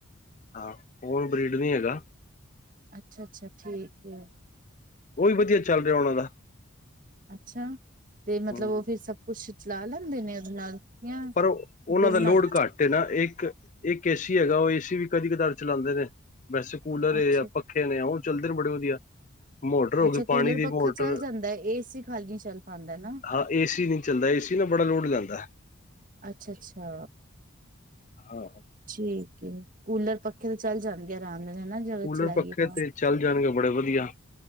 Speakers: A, on the left (about 35°); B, on the right (about 40°).
A: ਹਾਂ ਹੋਰ ਬ੍ਰਡ ਨਹੀਂ‌ ਹੈਗਾ,
B: ਅੱਛਾ, ਅੱਛਾ ਠੀਕ ਹੈ।
A: ਉਹ ਵੀ ਵੱਧੀਆ ਚੱਲ ਰਿਹਾ ਉਹਨਾਂ ਦਾ,
B: ਅੱਛਾ, ਤੇ ਮਤਲਬ
A: ਹੂੰ
B: ਉਹ ਫਿਰ ਸਭ ਕੁੱਛ ਚਲਾ ਲੈਂਦੇ ਨੇ ਉਹਦੇ ਨਾਲ। ਜਾਂ
A: ਪਰ ਉਹਨਾਂ
B: ਬਿਲ
A: ਦਾ ਲੋਡ
B: ਨਾਲ
A: ਘੱਟ, ਕੇ ਨਾ ਇੱਕ, ਇੱਕ ਏ ਸੀ ਹੈਗਾ ਉਹ ਏਸੀ ਵੀ ਕਦੀ ਕਦਾਰ ਚਲਾਉਂਦੇ ਨੇ ਵੈਸੇ ਕੂਲਰ
B: ਅੱਛਾ
A: ਆਪਾ, ਰੱਖੇ ਨੇ ਆ ਉਹ ਚੱਲਦੇ ਨੇ ਬੜੇ ਵਧੀਆ, ਮੋਟਰ ਹੋ
B: ਅੱਛਾ
A: ਗਈ, ਪਾਣੀ
B: ਕੂਲਰ
A: ਦੀ
B: ਪੱਖਾ
A: ਮੋਟਰ
B: ਚੱਲ ਜਾਂਦਾ ਹੈ, ਏਸੀ ਖਾਲੀ ਨਹੀਂ ਚੱਲ ਪਾਉਂਦਾ ਨਾ
A: ਹਾਂ ਏਸੀ ਨੀ, ਚੱਲਦਾ ਏਸੀ ਨਾ ਬੜਾ ਲੋਡ ਲੈਂਦਾ,
B: ਅੱਛਾ, ਅੱਛਾ
A: ਹਾਂ,
B: ਠੀਕ ਕੂਲਰ ਪੱਖੇ ਤੇ ਚੱਲ ਜਾਣਗੇ ਆਰਾਮ ਨਾਲ ਹਨਾ। ਜਿਆਦਾ
A: ਕੂਲਰ
B: ਚਲਾਈਏ
A: ਪੱਖੇ
B: ਤਾਂ
A: ਤੇ ਚੱਲ ਜਾਣਗੇ ਬੜੇ ਵਧੀਆ